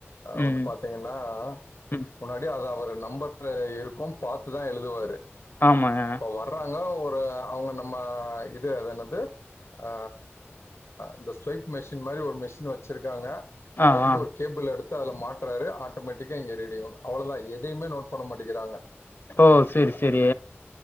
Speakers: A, on the left; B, on the left.
A: ம்
B: வந்து பாத் தீங்கனா
A: ம்
B: முன்னாடி அது அவரு நம்பர்ல இருக்கு பாத்துதா எழுதுவாரு
A: ஆமாங்க
B: இப்ப வர்றாங்க ஒரு அவுங்க நம்ம இது அது என்னது ஆ இந்த ஸ்வைப் மெஷின் மாரி ஒரு மிஷின் வச்சிருக்காங்க
A: ஆ
B: அதுல இருந்து
A: ஆ
B: ஒரு கேபிள் எடுத்து அதல மாற்றாரு ஆட்டோமேட்டிக்கா இங்க ரீடிங் வரூ அவ்ளவுதா எதையுமே நோட் பண்ண மாட்டேங்கிறாங்க
A: ஓ செரி செரி